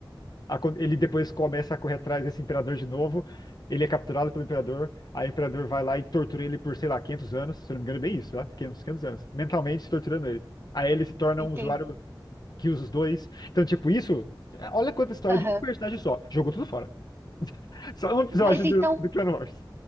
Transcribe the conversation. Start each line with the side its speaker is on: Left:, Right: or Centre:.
Left: Acon- Ele depois começa a correr atrás desse imperador de novo. Ele é capturado pelo imperador. Aí o imperador vai lá e tortura ele por, sei lá, 500 anos. Se eu não me engano, é bem isso, tá? 500 500 anos. Mentalmente torturando ele. Aí ele se torna
Right: entendi.
Left: um usuário que os dois. Então, tipo, isso. Olha quanta história
Right: Aham.
Left: de um personagem só. Jogou tudo fora. Só um episódio
Right: Mas então,
Left: do, do Clone Wars.